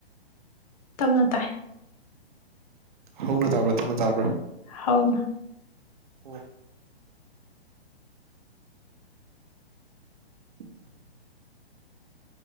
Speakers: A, on the left; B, on the right.
A: ꯇꯞꯅ ꯇꯥꯏ꯫
B: ꯍꯧꯅ ꯇꯥꯕ꯭ꯔꯥ ꯇꯞꯅ ꯇꯥꯕ꯭ꯔꯥ꯫
A: ꯍꯧꯎꯅ꯫
B: ꯑꯣ꯫ <unintelligible>